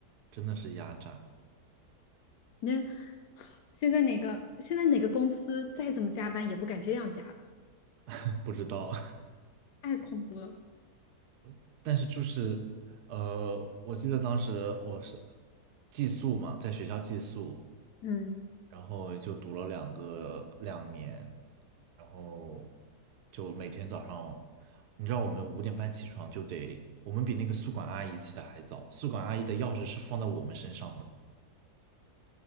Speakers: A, on the right; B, on the left.
A: 真的是压榨，
B: 那现在哪个现在哪个公司再怎么加班也不敢这样加的，
A: <laughs> 不知道，
B: 太恐怖了。
A: <laughs> 但是就是呃，我记得当时我是寄宿嘛，在学校寄宿，
B: 嗯，
A: 然后就读了两个两年，然后就每天早上，你知道我们五点半起床就得，我们比那个宿管阿姨起的还早，宿管阿姨的钥匙是放在我们身上的，